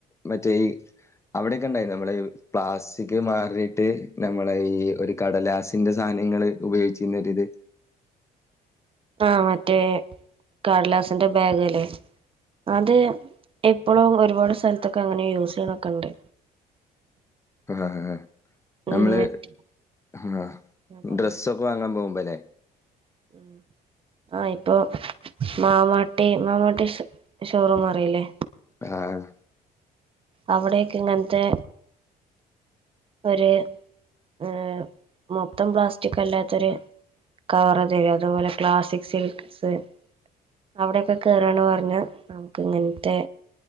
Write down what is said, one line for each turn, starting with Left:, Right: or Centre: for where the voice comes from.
Left: മറ്റേ ഈ അവിടെക്ക ണ്ടായിര്ന്ന് നമ്മളെ യുവ് പ്ലാസ്റ്റിക് മാറിട്ട് നമ്മളെ ഈ ഒരു കടലാസ് ഇന്റെ സാനങ്ങള് ഉപയോഗിച്ചിന്ന ഒരു ത്
Right: ആഹ് മറ്റേ കട്ലാസിന്റെ ബാഗ് അല്ലേ അത് എപ്പോളോ ഒരുപാട് സ്ഥൽ ത്തൊക്കെ അങ്ങനെ യൂസ് യ്യണൊക്കണ്ട്
Left: ആ ഹാ ഹാ ഹാ
Right: ഉം
Left: നമ്മള്
Right: ഞാൻ
Left: ഹാ
Right: പറഞ്ഞു
Left: ഡ്രസ്സൊക്ക വാങ്ങാം പോകുമ്പോ ലെ
Right: <inaudible> ആഹ് ഇപ്പൊ മാമാട്ടി മാമാട്ടി ശോ ഷോറൂം അറിയില്ലേ
Left: ആഹ്
Right: അവിടേക്ക ഇങ്ങൻത്തെ ഒരു മ് മൊത്തം പ്ലാസ്റ്റിക് അല്ലാത്തൊരു കവറ് തരും അതുപോലെ ക്ലാസ്സിക്സ് സിൽക്സ് അവിടെയൊക്കെ കേറാണ് പർഞ്ഞ നമുക്ക് ഇങ്ങൻത്തെ